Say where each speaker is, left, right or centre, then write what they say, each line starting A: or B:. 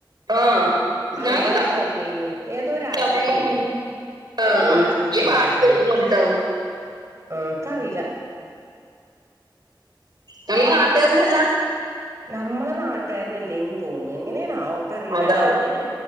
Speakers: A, on the right; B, on the right.
A: ആ
B: ആ
A: ഞാൻ
B: ഇവിടൊന്നല്ലേന്ന് ഏതോ രാജ്യത്തേന്
A: തമിഴാ ഞാൻ ആ
B: ഏതോ
A: ആ.
B: രാജ്യത്തേന്ന
A: ഈ പാട്ട്
B: ചെക്കന്
A: എഴുതി കൊണ്ടിട്ടാവും
B: ഓക്കറിയീല.
A: ഞമ്മ നാട്ടുകാരനല്ല.
B: ഞമ്മളെ നാട്ടുകാരനല്ലേന്ന് തോന്നുന്നു. ഇങ്ങനെയാണാവോ ഓക്കറിയില്ല
A: അതാവും
B: ഞാൻ കണ്ടേക്കണ്.